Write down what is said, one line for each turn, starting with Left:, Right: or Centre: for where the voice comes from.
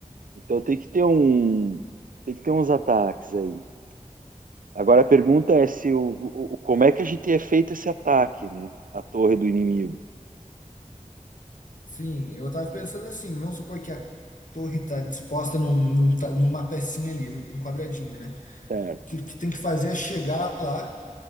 Right: Então tem que ter um, tem que ter uns ataques aí. Agora a pergunta é se o, o- o- como é que a gente é feito esse ataque, né? A torre do inimigo.
Left: sim. Eu tava pensando assim, vamos supor que a torre tá disposta num, num ta- numa pecinha ali, num quadradinho, né?
Right: Certo.
Left: O que, que tem que fazer é chegar lá